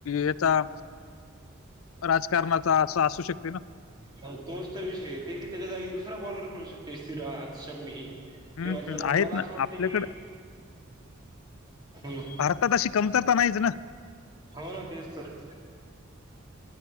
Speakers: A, on the left; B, on the right.
A: याचा. राजकारणाचा असं असू शकतेय ना.
B: तोच तर विषय येते की त्याच्या जागी दुसरा बॉलर खेळू शकतेय शिराज शम्मी.
A: हं,
B: किंवा
A: हं.
B: जर मला
A: आहेत
B: असं
A: ना
B: वाटत
A: आपल्याकडे
B: कि ह.
A: आता तशी कमतरता नाहीच ना.
B: हो ना तेच तर.